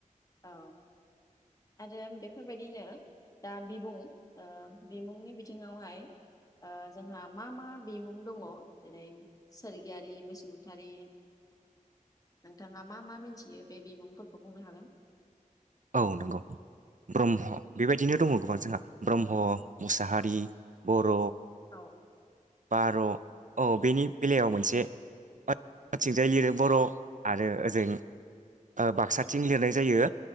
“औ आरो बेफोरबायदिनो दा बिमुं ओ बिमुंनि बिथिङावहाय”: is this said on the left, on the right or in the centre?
Left